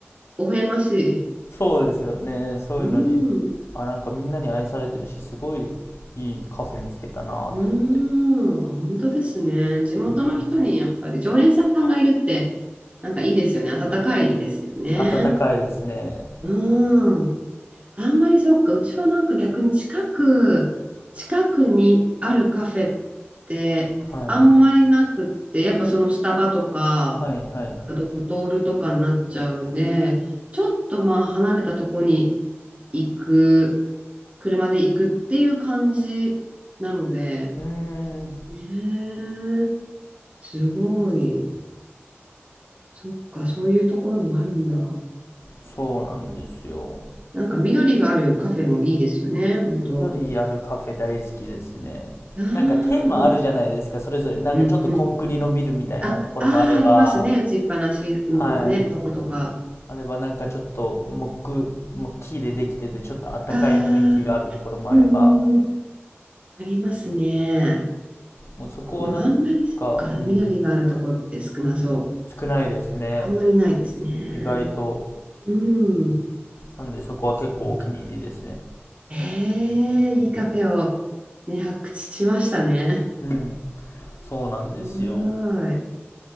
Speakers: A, on the right; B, on the left.
A: 微笑ましい。
B: そうですよね。そういうのに。
A: うん。
B: あ、なんかみんなに愛されてるし、すごいいいカフェ見つけたなと思って。
A: うーん、本当ですね。地元の人にやっぱり常連さんがいるって、
B: うん。
A: なんかいいですよね。温かいですよね。
B: 暖かいですね。
A: うーん。あんまりそっか、うちはなんか逆に近く、近くにあるカフェってあんまりなくって、
B: はい。
A: やっぱそのスタバとか、
B: はいはい。
A: なんかドトールとかになっちゃうんで、ちょっとまあ離れたとこに行く、車で行くっていう感じなので、
B: うーん、
A: ねえすごい。そっか、そういうところもあるんだ。
B: そうなんですよ。
A: なんか緑があるカフェもいいですよね、本当。
B: 緑あるカフェ大好きですね。
A: あ
B: なんかテーマあるじゃないですか、
A: あ、
B: それぞれ。なんかちょっとコンクリのビルみたいなところもあれば、
A: うんうん。あ、ああ、ありますね。打ちっぱなしのね、
B: はい。
A: とことか。
B: あればなんかちょっと木、もう木でできてて、ちょっと暖かい雰囲気があるところもあれば、
A: ああ、うんうんうん。ありますね。
B: もうそこをなんか、
A: でもあんまり、そっか、
B: うん、
A: 緑があるとこって少なそう。
B: 少ないですね。
A: あんまりないですね。
B: 意外と。
A: うん。
B: なんでそこは結構お気に入りですね。
A: そっか。ええ、いいカフェをね、発掘しましたね。
B: うん。そうなんですよ。
A: すごい。